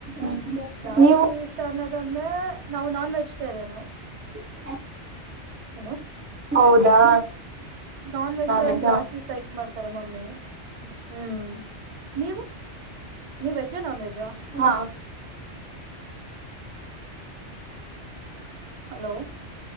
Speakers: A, on the right (about 20°); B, on the right (about 70°).
A: ಹ್ಮ್.
B: ಜಾಸ್ತಿ
A: ನೀವು
B: ಇಷ್ಟ ಅನ್ನೋದ ಅಂದ್ರೆ ನಾವು ನಾನ್ ವೆಜಿಟೇರಿಯನು
A: ಹ
B: ಏನು
A: ಹೌದಾ
B: ನಾನ್ ವೆಜಿಟೇರಿಯನ್
A: ವೆಜ್ ಹಾ
B: ಜಾಸ್ತಿ ಸೈಕ್ ಮಾಡ್ತಾರೆ ಮೊಮ್ಮಿ ಹ್ಮ್ ನೀವು ನೀವು ವೆಜ್ ನಾನ್ ವೆಜ್
A: ಹಾ
B: ಹಲೋ